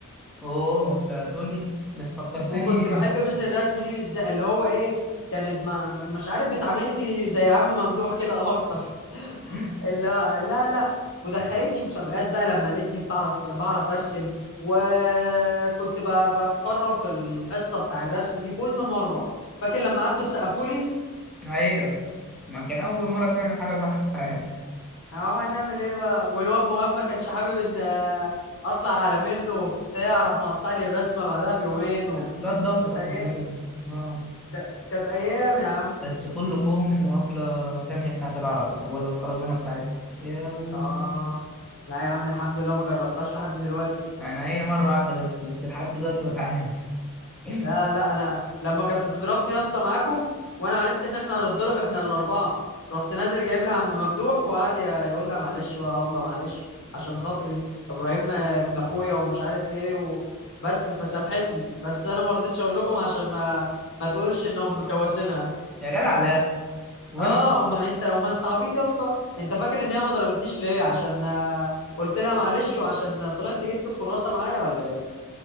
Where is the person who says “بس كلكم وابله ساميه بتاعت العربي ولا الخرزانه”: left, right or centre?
Centre